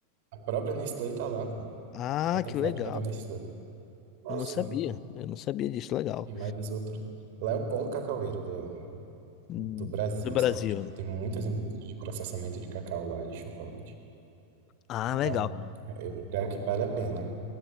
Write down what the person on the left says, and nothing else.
Ah,
que
legal.
Eu não
sabia. Eu não sabia disso. Legal.
Hum,
Do Brasil.
Ah,
legal.